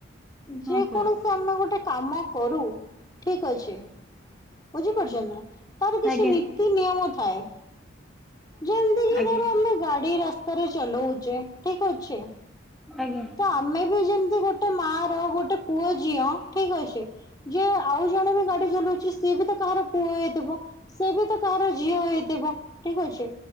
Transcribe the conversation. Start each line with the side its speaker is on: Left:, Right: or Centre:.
Left: ଯେ
Centre: ହଁ କୁହ।
Left: କୌଣସି ଆମେ ଗୋଟେ କାମ କରୁ ଠିକ ଅଛି। ବୁଝି ପାରୁଚନ୍ତି ନା। ତାର କିଛି
Centre: ଆଜ୍ଞା
Left: ନୀତି ନିୟମ ଥାଏ। ଯେମିତିକ
Centre: ଆଜ୍ଞା
Left: ଧର ଆମେ ଗାଡି ରାସ୍ତାରେ ଚଲଉଛେ ଠିକ ଅଛି
Centre: ଆଜ୍ଞା
Left: ତ ଆମେ ବି ଯେମିତି ଗୋଟେ ମା ର ଗୋଟେ ପୁଅ ଝିଅ ଠିକ ଅଛି। ଯେ। ଆଉ ଜଣେ ବି ଗାଡି ଚଲଉଛି। ସିଏ ବି ତ କାହାର ପୁଅ ହେଇଥିବ ସେି ବି ତ କାହାର ଝିଅ ହେଇଥିବ ଠିକ ଅଛି। ଛି।